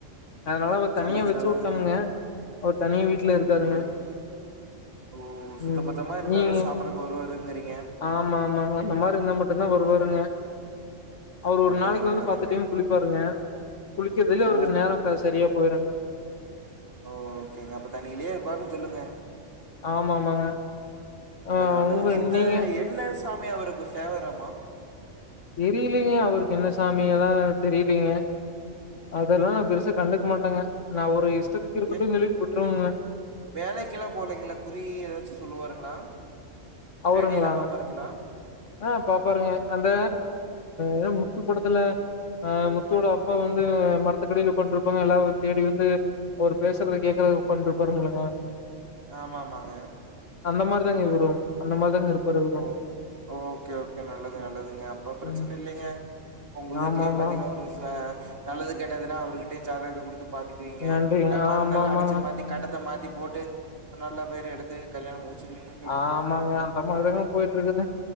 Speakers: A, on the left (about 70°); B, on the right (about 50°).
A: அதனால அவரு தனியா
B: நல்லது
A: வெச்சூட்டமுங்க
B: நல்லதுங்க
A: அவர் தனி வீட்டுல இருக்காருங்க
B: ம் ஓ சுத்தபத்தமா
A: ம்
B: இருந்தாதா
A: நீகா
B: சாப்டக்கு வருவாருங்கிறீங்க
A: ஆமா ஆமாங்க இந்த மார் இருந்தா மட்டுதா வருவாருங்க அவரு
B: நல்லது
A: ஒரு நாளைக்கு
B: நல்லதுங்க
A: வந்து பத்து டைம் குளிப்பாருங்க குளிக்கறதுலே அவருக்கு
B: ஓ
A: நேரோ க செரியா போயிருங்க
B: ஓ ஓகேங்க அப்ப தண்ணீலே இருப்பாருன்னு சொல்லுங்க
A: ஆமா ஆமாங்க
B: நல்லது
A: ஆ
B: நல்லதுங்க
A: உங்க
B: எந்த
A: நீங்க
B: என்ன சாமி அவருக்கு ஃபேவராமா
A: தெரிலீங்க அவருக்கு என்ன சாமி எதா தெரிலீங்க அதலா நா
B: ம்
A: பெருசா கண்டுக மாட்டங்க நா அவுரு இஷ்டத்துக்கு இருக்கட்டுன்
B: ஏ
A: சொல்லீட்டு விட்ருவங்க
B: வேலைக்கெல்லா போலைங்களா குறி எதாச்சு சொல்லுவாருங்களா
A: அவருங்களாங்க
B: ரேகையில பாப்பாருங்களா
A: ஆ பாப்பாருங்க அந்த எதோ முத்து படத்துல அ முத்துவோட அப்பா வந்து மரத்துக்கடைல உக்காந்ட்ருப்பாங்க எல்லா அவரு தேடி வந்து அவரு பேசுறது கேக்கறது உக்கான்ட்ருப்பாருங்கல் ளங்க
B: ஆமாமாங்க
A: அந்த மார்தாங்க இவரு அந்த மார்தாங்க இருப்பாரு இவரு
B: ஓ ஓகே ஓகே நல்லது நல்லதுங்க அப்ப பிரச்சன
A: ம்
B: இல்லங்க உங்க வீட்லயே
A: ஆமாமா
B: பாத்தீங்கன்னா ஒருச நல்லது கேட்டதுன்னா அவர்கிட்டே ஜாதக கொடுத்து பாத்துக்குவீங்க
A: நன்றிங்க
B: தப்பா
A: ஆமாமாங்க
B: இருந்தாலு அடிச்சு மாத்தி கட்டத்த மாத்தி போட்டு நல்ல பேர் எடுத்து கல்யாணோ முச்சிருக்வீங்க
A: ஆமாங்க அந்த மாரிதங்க போயிட்டு இருக்குது